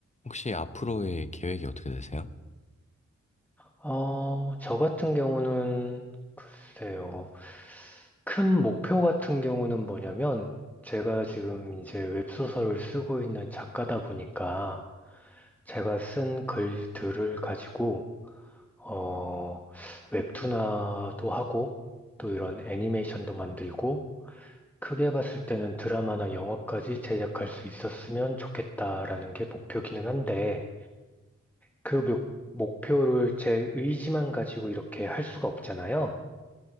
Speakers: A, on the left (about 25°); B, in the centre.
A: 혹시 앞으로의 계획이 어떻게 되세요?
B: 어, 저 같은 경우는 글쎄요. 큰 목표 같은 경우는 뭐냐면 제가 지금 이제 웹소설을 쓰고 있는 작가다 보니까 제가 쓴 글들을 가지고 어, 웹툰화도 하고 또 이런 애니메이션도 만들고 크게 봤을 때는 드라마나 영화까지 제작할 수 있었으면 좋겠다라는 게 목표기는 한데 그 목, 목표를 제 의지만 가지고 이렇게 할 수가 없잖아요.